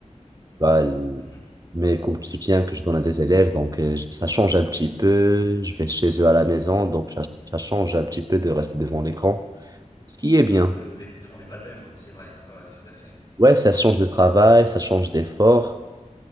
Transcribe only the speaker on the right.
Bah, l-
mes cours de soutien que je donne à des élèves, donc euh, j- ça change un petit peu, je vais chez eux à la maison, donc ça, ça change un petit peu de rester devant l'écran, ce qui est bien.
Ouais, ça change de travail, ça change d'effort.